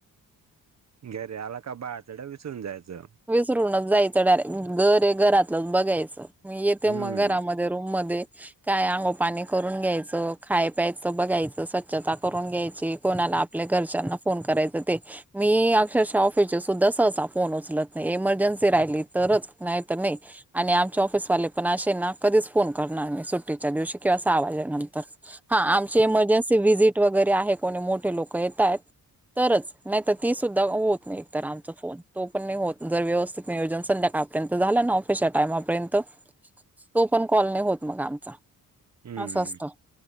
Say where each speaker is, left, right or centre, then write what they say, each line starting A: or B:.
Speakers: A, on the right; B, in the centre.
A: घरीे आला का बाहेर तड विसरून जायचं
B: विसरूनच जायचं डायरेक्ट घर आहे, घरातलंच बघायचं, मी येते
A: हम्म
B: मग घरामध्ये त्या रूम मध्ये काय अंघोळ पाणी करून घ्यायचं खाय प्यायचं बघायचं स्वच्छता करून घ्यायची कोणाला आपल्या घरच्यांना फोन करायचं ते मी अक्षरशः ऑफिस सुद्धा सहसा फोन उचलत नाही एमर्जन्सी राहिली तरच नाही तर नाही आणि आमचे ऑफिसवाले पण असे ना कधीच फोन करणार सुट्टीच्या दिवशी किंवा सहा वाजेनंतर हा आमची इमर्जन्सी व्हिजिट वगैरे आहे, कोणी मोठे लोक येत आहेत. तरच नाहीत ती सुद्धा होत नाही एकत आमचा फोन तो पण नाही होत जर व्यवस्थित नियोजन संध्याकाळपर्यंत झालं ना ऑफिसच्या टाइमापर्यंत तो पण कॉल नाही होत मग आमचा
A: हम्म
B: असं असत